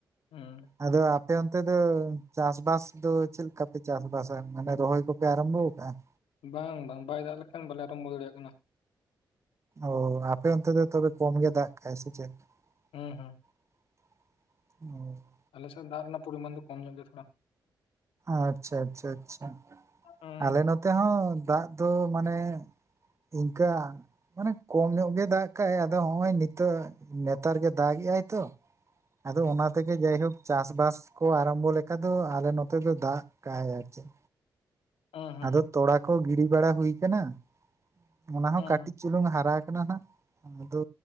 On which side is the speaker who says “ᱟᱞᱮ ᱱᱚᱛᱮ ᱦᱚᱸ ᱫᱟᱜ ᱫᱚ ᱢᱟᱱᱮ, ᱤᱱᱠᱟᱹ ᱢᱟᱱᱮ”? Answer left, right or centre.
Right